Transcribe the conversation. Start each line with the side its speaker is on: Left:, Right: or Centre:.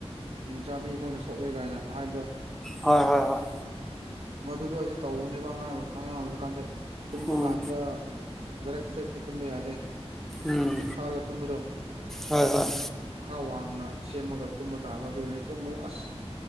Right: ꯍꯤꯡꯆꯥꯥꯕꯤ ꯑꯩꯈꯣꯏꯅ ꯁꯣꯛꯑꯦ ꯀꯥꯏꯅ ꯍꯥꯏꯕꯗ
Centre: ꯍꯣꯏ ꯍꯣꯏ ꯍꯣꯏ
Right: ꯃꯗꯨꯗꯣ ꯑꯩꯁꯨꯦ ꯇꯧꯧꯕꯅꯦꯕ ꯑꯉꯥꯡ ꯑꯉꯥꯡ ꯑꯣꯏꯕ ꯀꯥꯟꯗ ꯇꯨꯝꯕ
Centre: ꯎꯝ
Right: ꯀꯥꯟꯗ ꯔꯛ ꯐ꯭ꯂꯦꯠꯇ ꯇꯨꯝꯕ ꯌꯥꯗꯦ
Centre: ꯎꯝ
Right: ꯍꯤꯞ ꯊꯥꯔꯒ ꯇꯨꯝꯕꯗꯣ
Centre: ꯍꯣꯏ ꯍꯣꯏ
Right: ꯈꯔ ꯋꯥꯡꯅ ꯁꯦꯝꯃꯒ ꯇꯨꯝꯕ ꯇꯥꯕ ꯑꯗꯨ ꯑꯣꯏꯅꯤ ꯇꯨꯝꯕꯗꯣ ꯑꯁ